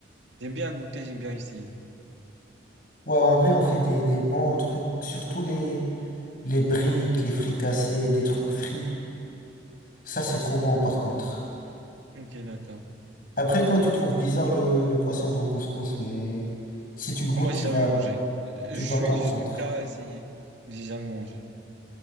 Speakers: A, on the right; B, on the left.
A: J'aime bien goûter, j'aime bien essayer.
B: Ouais, en vrai, on fait des, des bons trucs. Surtout les, les briques, les fricassés, des trucs frits. Ça, c'est trop bon, par contre.
A: Ok, d'accord.
B: Après, toi, tu trouves bizarre le, le poisson dans le couscous, mais si tu le goûtes,
A: Ah, Moi,
B: tu
A: j'ai jamais
B: vas,
A: mangé. Euh,
B: tu
A: Je suis,
B: vas comprendre.
A: je suis prêt à essayer, mais j'ai jamais mangé.